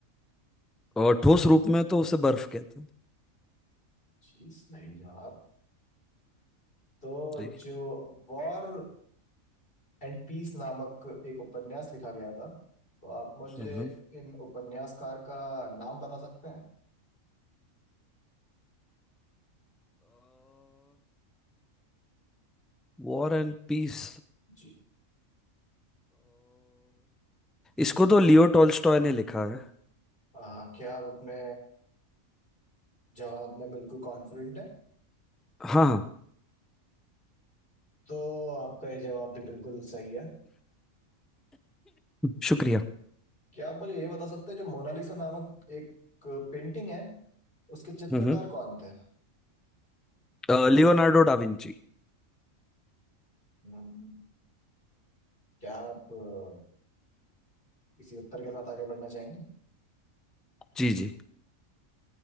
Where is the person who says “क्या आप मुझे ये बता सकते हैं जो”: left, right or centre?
Left